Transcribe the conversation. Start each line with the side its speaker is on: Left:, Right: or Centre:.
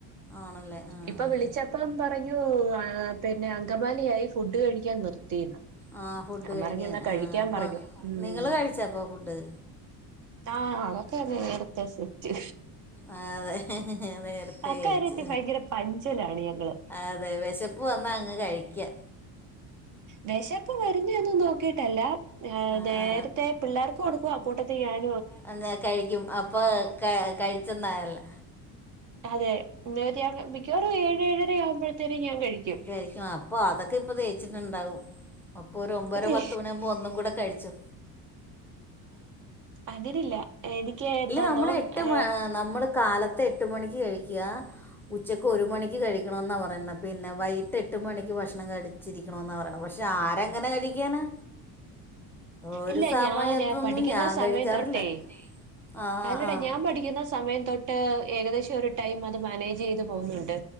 Centre: ആണല്ലേ ആ
Right: ഇപ്പൊ വിളിച്ചപ്പം പറഞ്ഞുഅ ആ പിന്നെ അങ്കമാലയായി ഫുഡ് കഴിക്കാൻ നിർത്തിന്ന്
Centre: ആ ഫുഡ്
Right: ഞാൻ
Centre: കഴിക്കാൻ
Right: പറഞ്ഞു എന്നാ കഴിക്കാൻ
Centre: ആ അപ്പ
Right: പറഞ്ഞു ഉം
Centre: നിങ്ങള് കഴിച്ചാപ്പൊ ഫുഡ്?
Right: ആഹ് അതോക്കെങ്ങനെ നിർത്ത സെറ്റ്
Centre: ആ അതെ നേരത്ത
Right: അക്കാര്യത്തിൽ
Centre: കഴിച്ചു
Right: ഭയങ്കര പഞ്ചലാണ് ഞങ്ങള്
Centre: അതെ വിശപ്പ് വന്നാ അങ്ങ് കഴിക്യാ
Right: വെശപ്‌ വരുന്നെന്നും നോക്കിട്ടല്ല അഹ്
Centre: ആ
Right: നേരത്തെ
Centre: ആ
Right: പിള്ളേർക്കും കൊടുക്കുവ ആകൂട്ടത്തിൽ ഞൻ
Centre: അന്ന കഴിക്കും അപ്പൊ ക കഴിച്ചന്നയല്ലോ
Right: അതെ <unintelligible> മിക്കവാറൂം ഏഴ് ഏഴര ആവുമ്പോഴത്തേനും ഞാൻ കഴി
Centre: ഏഹ് രിക്കും അപ്പൊ അതൊക്കെ ഇപ്പ ദെയിച്ചിട്ട് ണ്ടാവും അപ്പൊ രു ഒമ്പര
Right: അതെ
Centre: പത്ത് മണിയാകുമ്പോ ഒന്നും കൂടെ കഴിച്ചു?
Right: അങ്ങനല്യാ എനിക്ക് എന്താന്നോ
Centre: നമ്മൾ എട്ട്
Right: ഏ
Centre: നമ്മൾ കാലത്ത് എട്ട് മണിക്ക് കഴിക്യാ ഉച്ചക്ക് ഒരു മണിക്ക് കഴിക്കണംന്നാ പറയ്ന്നെ പിന്നെ വൈകിട്ട് എട്ട് മണിക്ക് ഭക്ഷണം കഴിച്ചിരിക്കണോന്നാ പറയ്ണെ പക്ഷെ ആരെങ്ങനെ കഴിക്കാനാ ഒരു
Right: ഇല്ല
Centre: സമയത്തൊന്നും
Right: ഞാന് പഠിക്കുന്ന
Centre: ഞാൻ
Right: സമയം
Centre: കഴിക്കാറില്ല
Right: തൊട്ടേ
Centre: ആ ആ
Right: അല്ലടാ
Centre: ആ.
Right: ഞാൻ പഠിക്കുന്ന സമയം തൊട്ട് ഏകദേശം ഒരു ടൈം അത് മാനേജ് ചെയ്ത് പോകുന്നുണ്ട്.